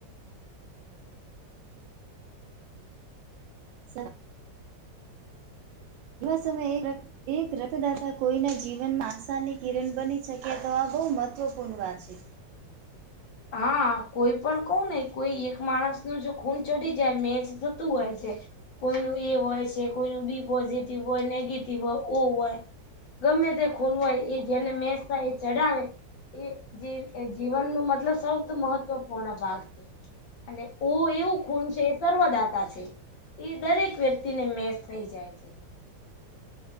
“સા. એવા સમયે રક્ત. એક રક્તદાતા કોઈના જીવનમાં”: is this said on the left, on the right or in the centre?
Right